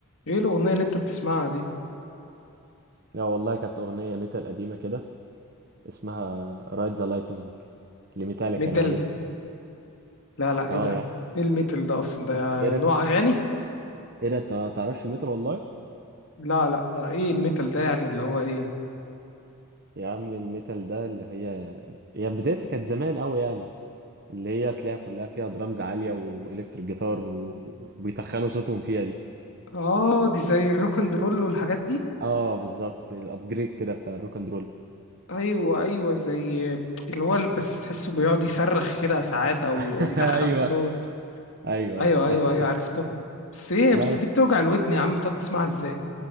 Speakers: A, on the left (about 60°); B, on the right (about 45°).
A: ايه الاغنيه اللي انت بتسمعها دي
B: لا والله كانت أغنية ميتال قديمة كده اسمها رايد ذا لايتنينج لميتاليكا
A: ميتال
B: لو عارفها
A: لا لا ايه
B: اه
A: ده
B: يا عم
A: ايه الميتال ده اصلا ده
B: ايه ده
A: نوع اغاني
B: ايه ده انت ما تعرفش الميتال والله
A: لا لا ده ايه الميتال ده يعني اللي هو ايه
B: يا عم الميتال ده اللي هي هي بدايتها كانت زمان قوي يعني اللي هي تلاقيها كلها فيها درامز عالية وإلكتريك جيتار و... وبيتخنوا صوتهم فيها دي
A: اه دي زي الروك اند رول والحاجات دي
B: اه بالظبط الابجريد كده بتاع الروك اند رول
A: ايوه ايوه زي اللي هو ال- بس تحسه بيقعد يصرخ كده ساعات او
B: <laughs>
A: او يتخن
B: ايوه
A: صوت
B: ايوه
A: ايوه
B: ايوه
A: ايوه
B: بس
A: ايوه
B: خ-
A: عرفتهم بس ايه
B: لا
A: بس
B: بس
A: دي بتوجع الودن يا عم بتقعد تسمعها ازاي